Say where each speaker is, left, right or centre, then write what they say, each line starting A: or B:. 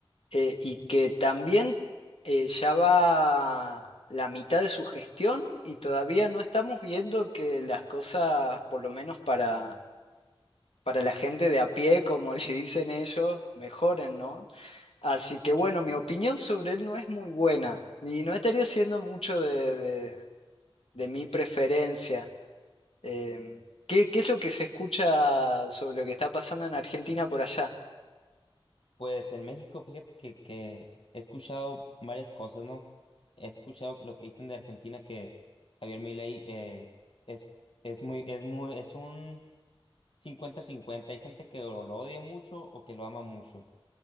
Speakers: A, on the left (about 85°); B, on the left (about 65°).
A: eh, y que también eh, ya va la mitad de su gestión y todavía no estamos viendo que las cosas, por lo menos para para la gente de a pie, como <laughs> le dicen ellos, mejoren, ¿no? Así que bueno, mi opinión sobre él no es muy buena y no estaría siendo mucho de, de- de mi preferencia. Em, ¿qué, qué es lo que se escucha sobre lo que está pasando en Argentina por allá?
B: Pues en México, fíjate que, que he escuchado varias cosas, ¿no? He escuchado lo que dicen de Argentina que Javier Milei eh, es, es muy, es muy, es un cincuenta cincuenta Hay gente que o lo odia mucho o que lo ama mucho.